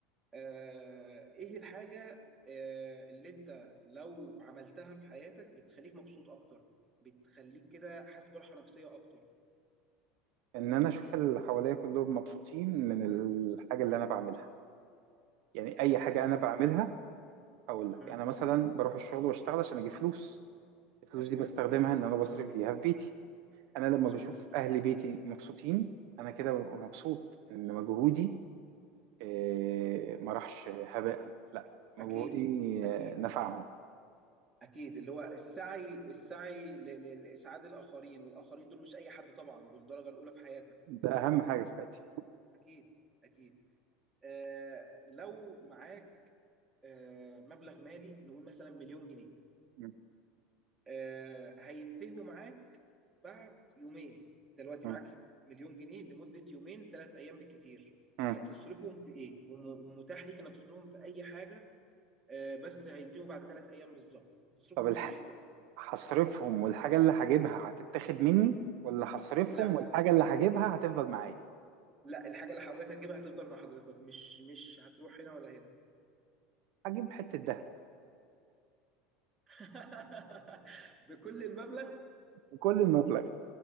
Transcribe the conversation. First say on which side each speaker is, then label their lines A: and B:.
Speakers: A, on the right; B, on the right.
A: آه، ايه الحاجة آه، اللي انت لو عملتها في حياتك بتخليك مبسوط اكتر بتخليك كده حاسس براحة نفسية اكتر
B: ان انا اشوف اللي حواليا كلهم مبسوطين من الحاجه اللي انا بعملها يعني اي حاجه
A: يعني
B: انا بعملها هقول
A: مهم.
B: لك انا مثلا بروح الشغل واشتغل عشان اجيب فلوس الفلوس
A: مظبوط
B: دي بستخدمها ان انا بصرف بيها في بيتي انا لما
A: مظبوط
B: بشوف اهل بيتي مبسوطين انا كده ببقى مبسوط ان مجهودي آه، ما راحش هباء لا مجهودي
A: اكيد اكيد
B: آه، نفعهم
A: اكيد اللي هو السعي السعي ل- ل- لاسعاد الاخرين والاخرين دول مش اي حد طبعا دول الدرجة الاولى في حياتك
B: ده اهم حاجه في حياتي
A: اكيد اكيد آه لو معاك آه مبلغ مالي نقول مثلا مليون جنيه
B: م-
A: آه هينتهوا معاك بعد يومين انت دلوقتي
B: م-
A: معاك مليون جنيه لمده يومين ثلاث ايام بالكتير
B: م.
A: هتصرفهم في ايه؟ وم- ومتاح ليك انك تصرفهم في اي حاجه آه، بس هينتهوا بعد ثلاث ايام بالظبط هتصرفهم
B: طب الح...
A: في ايه بالظبط؟
B: هصرفهم والحاجه اللي هجيبها هتتاخد مني ولا هصرفهم
A: لا
B: والحاجه اللي هجيبها هتفضل معايا
A: لا الحاجه اللي حضرتك هتجيبها هتفضل مع حضرتك مش مش هتروح هنا ولا هنا
B: هجيب حته دهب
A: <laughs> بكل المبلغ
B: وكل المبلغ